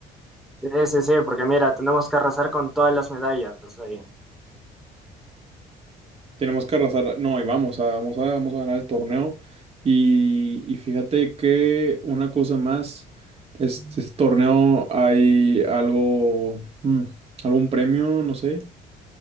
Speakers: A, in the centre; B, on the right.
A: Sí, sí, sí, porque mira, tenemos que arrasar con todas las medallas ahí.
B: tenemos que arrasar, no, y vamos a, vamos a, vamos a ganar el torneo. Y, y fíjate que una cosa más, este, este torneo hay algo, mm, algún premio, no sé.